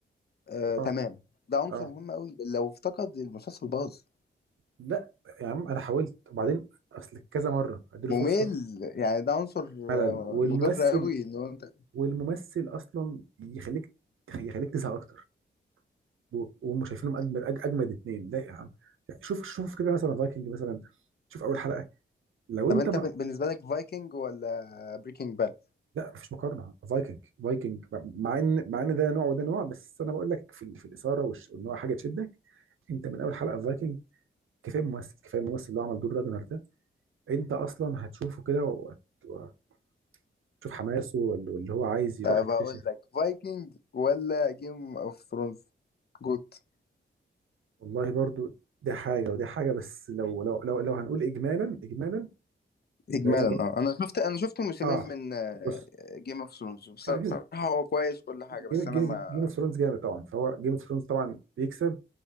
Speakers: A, on the left; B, on the right.
A: آه،
B: اه
A: تمام ده عنصر
B: اه
A: مهم قوي لو افتقد المسلسل باظ
B: لا يا عم انا حاولت وبعدين اصل كذا مره اديله
A: ممل
B: فرصه
A: يعني ده عنصر
B: ملل
A: آه،
B: والممثل
A: مضر قوي ان هو انت
B: والممثل اصلا يخليك يخليك تزهق اكتر و- وهم شايفينهم اجمد أج- اجمد اتنين لا يا عم شوف شوف كده مثلا فايكنج مثلا شوف اول حلقه لو
A: طب
B: انت
A: انت
B: ما
A: بن- بالنسبه لك فايكنج ولا بريكنج باد
B: لا مفيش مقارنه فايكنج فايكنج مع ان مع ان ده نوع وده نوع بس انا بقول لك في ال- في الاثاره والش- وان هو حاجه تشدك انت من اول حلقه في فايكنج كفايه ممثل كفايه الممثل اللي هو عمل دور راجنر ده انت اصلا هتشوفه كده وهت- وهتشوف حماسه وال- واللي هو عايز يروح
A: طب
B: يكتشف
A: اقول لك فايكنج ولا جيم اوف ثرونز جوت
B: والله برضو ده حاجه وده حاجه بس لو لو لو, لو هنقول اجمالا اجمالا
A: اجمالا
B: لان برضو
A: اه انا شفت انا شفت موسمين
B: اه
A: من
B: بص
A: جيم اوف ثرونز بصراحه
B: آه،
A: هو كويس كل حاجه بس
B: جيم
A: انا ما
B: اوف ثرونز جامد طبعا فهو جيم اوف ثرونز طبعا يكسب